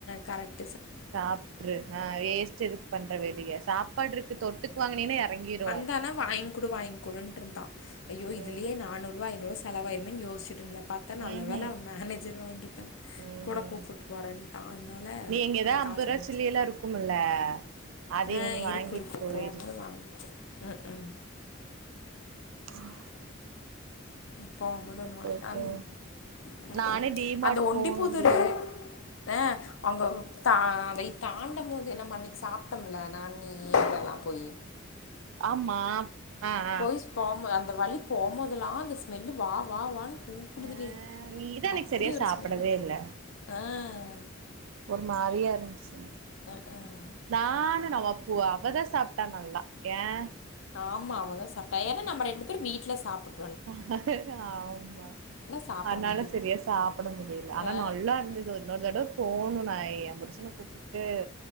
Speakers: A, on the left; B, on the right.
A: கரெட்
B: சாப்ட்ரு ஆ வேஸ்ட் எதுக்கு பண்ற வெளிய சாப்பாடு இருக்கு தொட்டுக் வாங்குனினா எறங்கிரு
A: த ஆனா வாங்குடு வாங்குடுன்ட்ருந்தா ஐயோ இதுலயே
B: ம்
A: நானூறுவாயி ருவா செலவாயிருமென் யோசிச்சுட்ருந்த பாத்தா நல்ல
B: ம்ஹும்
A: வேல அவ மேனேஜர் வாங்கிட்டா
B: ம்
A: கூட கூப்புட்‌போறேன்ட்டா அதனால
B: நீ எங்கதா
A: அந்த
B: அம்பது
A: காச
B: ரூவா
A: வச்சு
B: சில்லி எல்லா இருக்குமுல்ல அது
A: ஆ
B: ஒன்னு
A: இருக்கு
B: வாங்கிட்டு
A: இருக்கு
B: போயிரு
A: போகும்பொது வா உம்
B: உம்
A: போமொது ஒண்ணுவா
B: போயிட்டு
A: அந் உம்
B: நானு
A: உம்
B: டிமார்ட்
A: அந்த ஒண்டிப்புதூரு
B: போணுண்டி
A: அ அங்க தா அதை தாண்டம்மோது நம்ம அன்னைக் சாப்ட்டம்ல நா நீயி இதெல்லா போயி
B: ஆமா ஆ ஆ
A: போய்ஸ் போமு அந் அந்த வழி போகும்போதெல்லாம் அந்த ஸ்மெல்லு வா வாவான்னு கூப்பிடுதுடி
B: ஆ நீதா இன்னைக்கு
A: அப்படி
B: சரியா
A: ஒரு
B: சாப்டவே
A: ஸ்மெல்லு
B: இல்ல
A: ஆஹ் ஆஹ
B: ஒரு மாரியாக இருந்துச்சு
A: ஆஹ
B: நானு நம்ம பூ அவதான் சாப்பிட்டா நல்லா ஏன்
A: ஆமா அவதா சாப்பட்டா ஏா நம்ம ரெண்டு பேரும் வீட்ல சாப்படு
B: <unintelligible> ஆமா
A: சாப்ட
B: அதுனால
A: முடில
B: சரியா சாப்பிட முடியல ஆனா
A: ஆ
B: நல்லா இருந்தது இன்னொரு தடவை போணும் நா எம் புருசன கூப்புட்டு